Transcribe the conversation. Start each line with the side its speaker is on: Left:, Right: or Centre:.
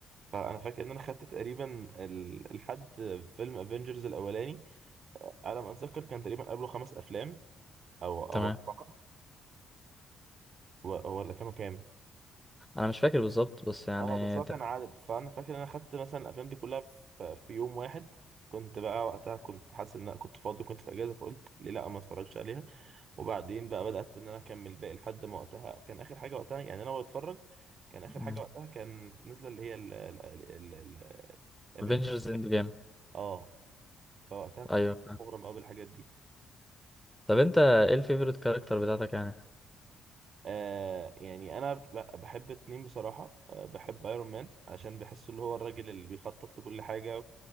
Right: فانا فاكر ان انا خدت تقريبا ال... لحد فيلم افنجرز الاولاني على ما اتذكر كان تقريبا قبله خمس افلام او او
Centre: تمام
Right: اربعه و- ولا كانوا كام
Centre: انا مش فاكر بالظبط بس يعني
Right: اه بس هو كان عدد فانا فاكر ان انا خدت مثلا الافلام دي كلها في, في يوم واحد كنت بقى وقتها كنت حاسس ان انا كنت فاضي كنت في اجازه فقلت ليه لا ما اتفرجش عليها وبعدين بقى بدات ان انا اكمل باقي لحد ما وقتها كان اخر حاجه وقتها يعني انا بتفرج كان اخر
Centre: مم.
Right: حاجه وقتها كان نازله اللي هي ال ال ال ال ال-
Centre: افنجرز اند جيم
Right: اه فوقتها كنت
Centre: ايوه
Right: مغرم قوي بالحاجات دي
Centre: طب انت ايه الفيفوريت كاركتر بتاعتك يعني
Right: آه يعني انا ب- بحب اتنين بصراحه آه بحب ايرون مان عشان بحسه اللي هو الراجل اللي بيخطط لكل حاجه